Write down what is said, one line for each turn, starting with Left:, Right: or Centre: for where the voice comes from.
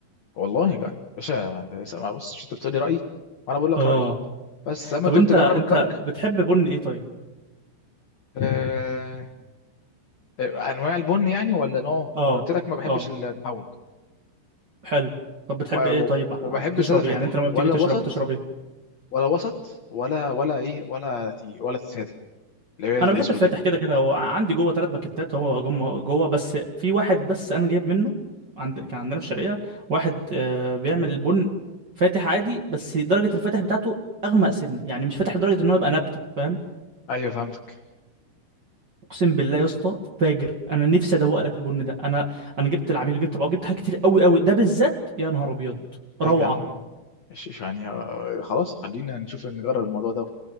Left: والله يا جاي باشا ما انت لسه- ما بص مش انت بتقولي رايي وانا بقول لك
Right: اه
Left: رايي بس زي ما
Right: طب
Left: انت
Right: انت
Left: قلت جرب
Right: انت
Left: الكرك
Right: بتحب بن ايه طيب
Left: آه... آه، انواع البن يعني ولا نوعه
Right: اه
Left: انا قلت لك ما بحبش
Right: اه
Left: المهوج
Right: حلو طب بتحب
Left: و-
Right: ايه
Left: و-
Right: طيب آه،
Left: وبحب
Right: بتشرب
Left: ساده فاتح
Right: ايه يعني انت لما بتيجي
Left: ولا
Right: تشرب
Left: وسط
Right: بتشرب ايه
Left: ولا وسط ولا ولا ايه ولا تي ولا ساده اللي هي
Right: انا
Left: الاسودة
Right: بحب الفاتح كده كده هو عندي جوه ثلاث باكيتات هو جوه جوه بس في واحد بس انا جايب منه عند كان عندنا في الشرقيه واحد آه بيعمل البن فاتح عادي بس درجه الفاتح بتاعته اغمق سن يعني مش فاتح لدرجه ان هو يبقى نبته فاهم
Left: ايوه فهمتك
Right: اقسم بالله يا اسطى فاجر انا نفسي ادوق لك البن ده انا انا جبت العميل وجبت بقى وجبت حاجات كتير قوي قوي ده بالذات يا نهار ابيض
Left: طيب
Right: روعه
Left: يا عم ايش إيش يعني آه، خلاص خلينا نشوف نجرب الموضوع ده